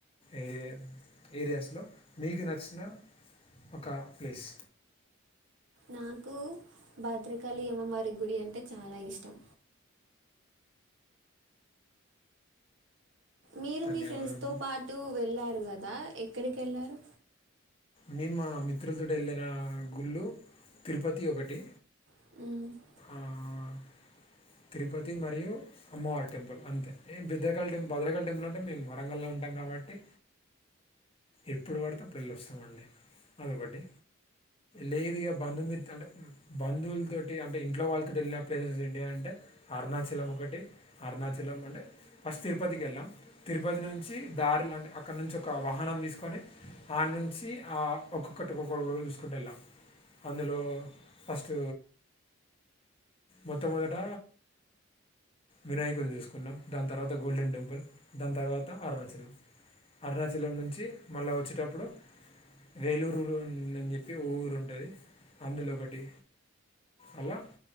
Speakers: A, on the left; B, on the right.
A: ఏ ఏరియాస్లో మీకు నచ్చిన ఒక ప్లేస్
B: నాకు భద్రకాళి అమ్మవారి గుడి అంటే చాలా ఇష్టం మీరు
A: ధన్యవాదం
B: మీ ఫ్రెండ్స్ తో పాటు వెళ్ళారు కదా ఎక్కడికి వెళ్ళారు
A: నేను మా మిత్రులతోటి వెళ్ళిన గుళ్ళు తిరుపతి ఒకటి
B: ఆహ్
A: ఆహ్ తిరుపతి మరియు అమ్మవారి టెంపుల్ అంతే బద్రకాళ టెంల్ భద్రకాళీ టెంపుల్ అంటే మేము వరంగల్లో ఉంటాం కాబట్టి ఎప్పుడు పడితే ఆప్పుడు వెళ్ళి వస్తామండి అదొకటి లేదుగా బంధమిత్త అంటే బంధువుల తోటి అంటే ఇంట్లో వాళ్ళతోటి వెళ్ళిన ప్లేసెస్ ఏమిటి అంటే అరుణాచలం ఒకటి అరుణాచలం అంటే ఫస్ట్ తిరుపతికి వెళ్ళాం తిరుపతి నుంచి దారిల అంటే అక్కడ నుంచి ఒక వాహనం తీసుకొని ఆడ నుంచి ఆ ఒక్కొక్కటి ఒక్కటి చూసుకుంటు వెళ్ళాం అందులో ఫస్ట్ మొట్టమొదట వినాయకుని చూసుకున్నాం దాని తర్వాత గోల్డెన్ టెంపుల్ దాని తర్వాత అరుణాచలం అరుణాచలం నుంచి మళ్ళీ వచ్చేటప్పుడు వేలూరులో ఉందని చెప్పి ఓ ఊరు ఉంటది అందులో ఒకటి అలా